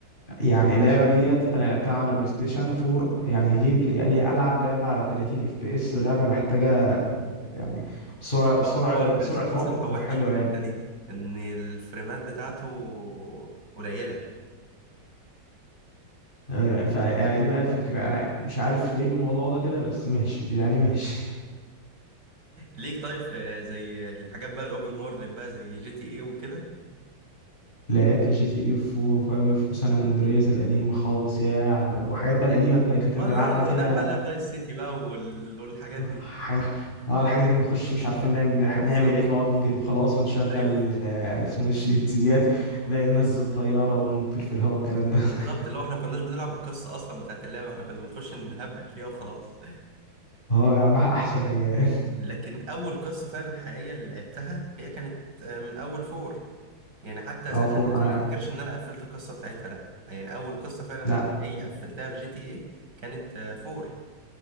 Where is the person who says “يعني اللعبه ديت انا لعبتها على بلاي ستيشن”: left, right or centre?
Left